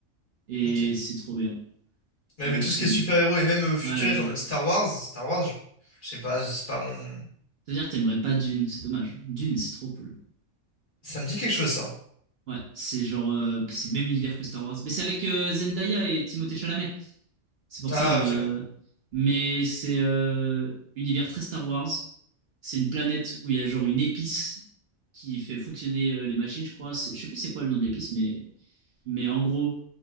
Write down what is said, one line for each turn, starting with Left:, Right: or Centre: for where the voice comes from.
Right: Et
Left: Ok.
Right: c'est trop bien.
Left: Ouais,
Right: Ah,
Left: mais
Right: le
Left: tout
Right: film.
Left: ce qui est super-héros et même euh, futuriste,
Right: Ouais, ouais.
Left: en mode Star Wars, Star Wars, je je sais pas, c'est pas mon.
Right: C'est-à-dire, t'aimerais pas Dune, c'est dommage. Dune, c'est trop cool.
Left: Ça me dit quelque chose, ça.
Right: Ouais, c'est genre. euh, c'est le même univers que Star Wars. Mais c'est avec euh, Zendaya et Timothée Chalamet. C'est pour
Left: Ah,
Right: ça. euh,
Left: ok, ouais.
Right: Mais c'est euh, univers très Star Wars. C'est une planète où il y a genre une épice qui fait fonctionner euh, les machines, je crois. C'est- Je sais plus c'est quoi le nom de l'épice, mais mais en gros,